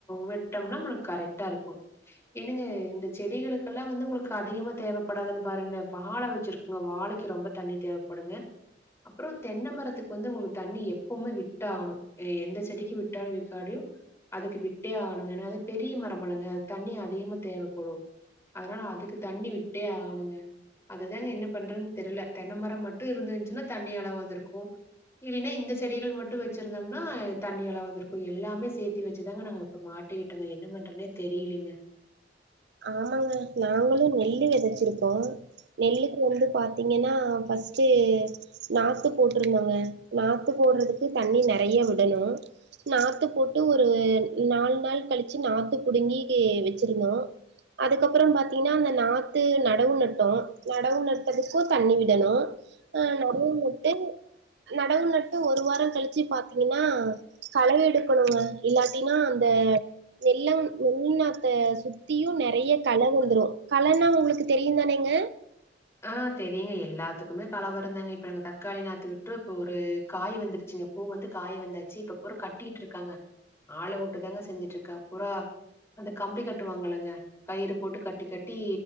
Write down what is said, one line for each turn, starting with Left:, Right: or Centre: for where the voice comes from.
Left: வி ட்டோம்னா நம்மளுக்கு கரெகா இருக்கு என்னங்க இந்த செடிகளுகெல்லா வந்து உங்களுக்கு அதிகமா தேவ ப்படாதுன்னு பாருங்களே வாழ வச்சிருக்கோங்க வாழைக்கு ரொம்ப தண்ணி தேவப்படுங்க அப்றோ தென்ன மரத்துக்கு வந்து உங்களுக்கு தண்ணி எப்பவுமே விட்டாகணு எந்த செடிக்கு விட்டாலு விக்காடியு அதுக்கு விட்டே ஆகணுங்க ஏன்னா பெரிய மரோ இல்லங்க அது தண்ணி அதிகமா தேவப்படு அதனால அதுக்கு தண்ணி விட்டே ஆகணுங்க அதுதாங்க என்ன பண்றதுன்னு தெர்ல தென்ன மரோ மட்டு இருந்துச்சுன்னா தண்ணி அளவு வந்திருக்கு இல்ன்னா இந்த செடிகள் மட்டு வச்சிருந்தோம்னா தண்ணி அள வந்திருக்கு எல்லாமே சேத்தி வச்சுதாங்க நாங்க இப்ப மாட்டிக்கிட்டோங்க என்ன பண்றனே தெரியிலீங்க
Right: ஆமாங்க நாங்களு நெல்லு விதச்சிருக்கோ நெல்லுக்கு வந்து பாத்தீங்கன்னா ஃபர்ஸ்ட்டு நாத்து போட்டிருந்தோங்க நாத்து போட்றதுக்கு தண்ணி நெறைய விடணு நாத்து போட்டு ஒரு நாலு நாள் கழிச்சு நாத்து புடுங்கி வச்சிருந்தோ அதுக்கப்பறோ பாத்தீங்கன்னா அந்த நாத்து நடவு நட்டோ நடவு நட்டதுக்கு தண்ணி விடணு அ நடவு நட்டு நடவு நட்டு ஒரு வாரோ கழிச்சு பாத்தீங்கன்னா களஎடுக்கணுங்க இல்லாட்டினா அந்த நெல்லங் நெல்ல நாத்த சுத் தியு நெறைய கல வந்துடு கலன்னா உங்களுக்கு தெரியு தானங்க
Left: ஆ தெரியங்க எல்லாத்துக்குமே கல வருந்தாங்க இப்ப நாங்க தக்காளி நாத்து விட்டு இப்ப ஒரு காய் வந்துருச்சுங்க பூ வந்து காய் வந்தாச்சு இப்ப புரா கட்டிட்டு இருக்காங்க ஆள விட்டு தாங்க செஞ்சுட்டு இருக்கா புரா அந்த கம்பி கட்டுவாங்கல்லாங்க கயிறு போட்டு கட்டி கட்டி